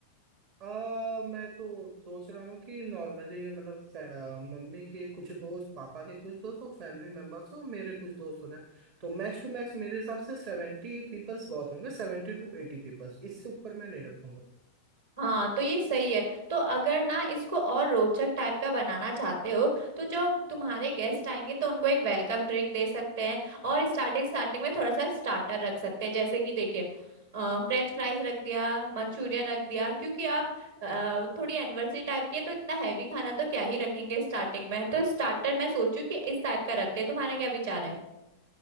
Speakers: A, on the right; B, on the right.
A: आ, मैं तो सोच रहा हूँ कि नॉर्मली मतलब फै- अ, मम्मी के कुछ दोस्त पापा के कुछ दोस्त और फैमिली मेंबर्स और मेरे कुछ दोस्त हो रहे हैं तो मैक्स टू मैक्स मेरे हिसाब से सेवेंटी पीपल्स बहुत होंगे सेवेंटी टू एटी पीपल्स इससे ऊपर मैं नहीं रखूंगा
B: हाँ तो ये सही है तो अगर ना इसको और रोचक टाइप का बनाना चाहते हो तो जो तुम्हारे गेस्ट आएंगे तो उनको एक वेलकम ड्रिंक दे सकते हैं और स्टार्टिंग स्टार्टिंग में थोड़ा सा स्टार्टर रख सकते हैं जैसे कि देखिए फ्रेंच फ्राइज रख दिया मंचूरियन रख दिया क्योंकि आप अ, थोड़ी एनिवर्सरी टाइप की है तो इतना हैवी खाना तो क्या ही रखेंगे स्टार्टिंग में तो स्टार्टर मैं सोचू कि इस टाइप का रखते हैं तुम्हारा क्या विचार है